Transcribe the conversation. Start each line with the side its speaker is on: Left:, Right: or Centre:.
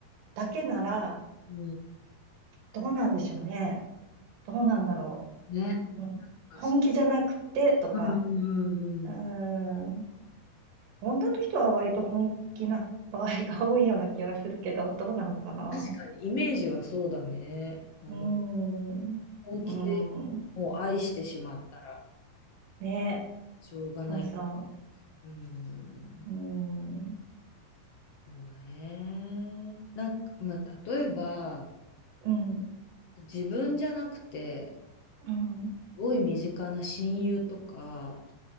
Right: だけなら、
Left: うん
Right: どうなんでしょうね。どうなんだろ
Left: ね。
Right: う。うん、
Left: あ、
Right: 本気じゃなくてとか、
Left: そう。うん、うん、うん。
Right: うーん、女の人は割と本気な場合が多いような気がするけど、どうなのかな。
Left: 確かに、イメージはそうだね。あの、
Right: うーん、うー
Left: 本気で
Right: ん。
Left: もう愛してしまったら、
Right: ね、
Left: しょうがない。
Right: そうそ
Left: うん、
Right: う。うん、
Left: そうね。なんか、まあ、例えば、
Right: うん、
Left: 自分じゃなくて、
Right: うん。
Left: すごい身近な親友とか、